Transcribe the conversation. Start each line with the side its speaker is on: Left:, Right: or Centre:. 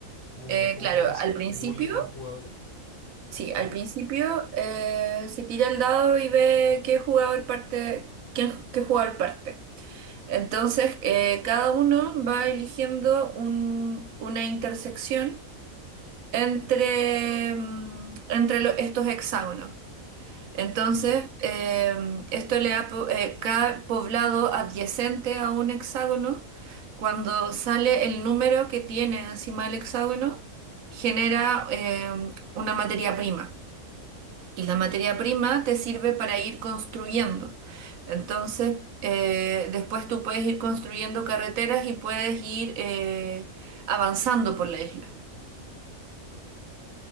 Left: ¿Cómo,
Right: Eh,
Left: cómo,
Right: claro,
Left: cómo se
Right: al
Left: distribuyen
Right: principio
Left: los jugadores?
Right: Sí, al
Left: Ujú,
Right: principio eh, se tira el dado y ve qué jugador parte, quién, qué jugador parte. Entonces, eh, cada uno va eligiendo un- una intersección entre, mm, entre lo- estos hexágonos. Entonces,
Left: ujú.
Right: eh, esto le da, po- eh, cada poblado adyacente a un hexágono, cuando sale el número que tiene encima del hexágono, genera eh, una materia prima y la materia prima te sirve para ir construyendo. Entonces, eh, después tú puedes ir construyendo carreteras y puedes ir eh, avanzando por la isla.